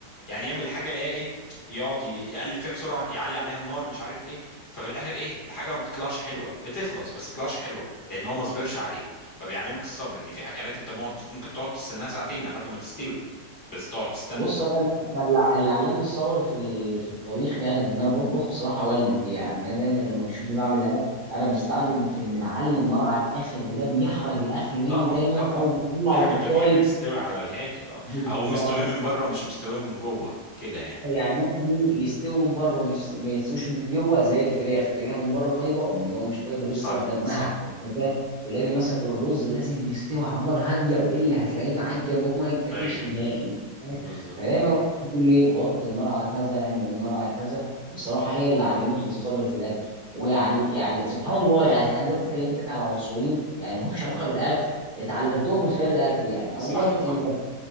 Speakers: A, on the left; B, on the right.
A: يعني يعمل حاجه الاقي ايه يقعد ي- يقلب فيها بسرعه يعلي عليها النار مش عارف ايه ففي الاخر ايه الحاجه ما بتطلعش حلوه بتخلص بس ما بتطلعش حلوه لان هو ما صبرش عليها فبيعلمك الصبر ان في اكلات انت مقعد- ممكن تقعد تستناها ساعتين لحد ما تستوي بس تقعد تستنى
B: بص انا أنا اللي اللي علمني الصبر في ال- في الطبيخ يعني ان انا بطبخ بصراحه والدتي يعني هي دايما
A: مم.
B: لما بتشوفني بعمل اكل انا بستعجل في ان بعلي النار على الاخر وده بيحرق الاكل مني
A: طبعا
B: دايما
A: طبعا
B: او بيطلعه
A: في حاجات
B: بالطايب
A: بتحب تستوي على الهادي اه
B: بالظبط
A: او مستويه من بره ومش مستويه من جوه كده يعني
B: يعني مثلا إيه، يستووا من بره ومش ما يستووش من جوه زي الفراخ تلاقيها من بره طيبه ومن جوه مش طيبه لسه
A: صح
B: بدمها
A: صح
B: انت فاهم تلاقي مثلا الرز لازم يستوي على نار هاديه والا هتلاقيه معجن وما يتاكلش
A: ايوه
B: نهائي أنت فاهم؟
A: بالظبط
B: فدايما بقول لي وطي النار على كذا اعمل النار على كذا بصراحه هي اللي علمتني الصبر في الاكل ويعني يعني سبحان الله يعني انا دلوقتي كلمتك على عنصرين يعني ما همش علاقه بالاكل اتعلمتهم من خلال الاكل يعني
A: صح
B: اولا
A: صح
B: انك